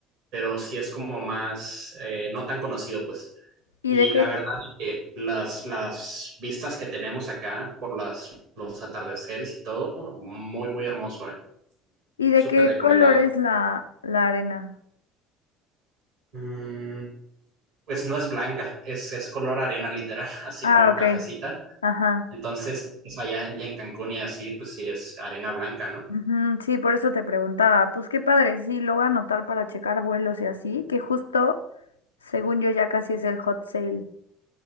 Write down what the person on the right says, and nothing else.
pero sí es como más, eh, no tan conocido, pues.
Y
la verdad es que las, las vistas que tenemos acá por las, los atardeceres y todo, muy, muy hermoso, ¿eh?
Súper
recomendado.
Mm, pues no es blanca, es, es color arena literal, <laughs> así
como
cafecita.
Entonces, es allá en ya en Cancún y así, pues sí es arena blanca, ¿no?